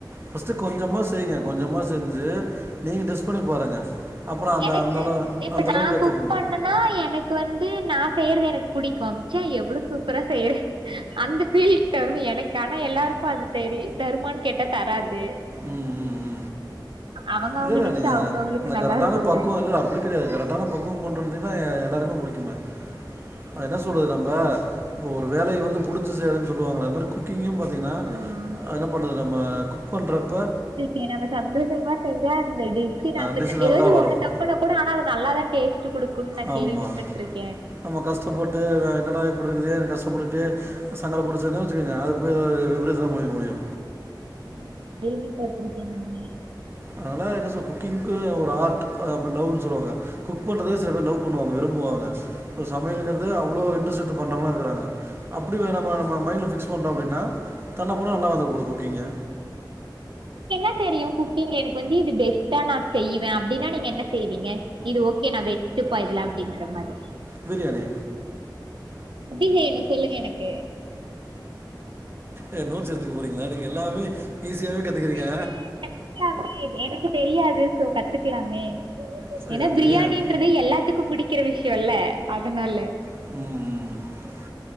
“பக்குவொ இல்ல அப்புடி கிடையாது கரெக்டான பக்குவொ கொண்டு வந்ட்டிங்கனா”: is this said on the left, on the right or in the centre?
Right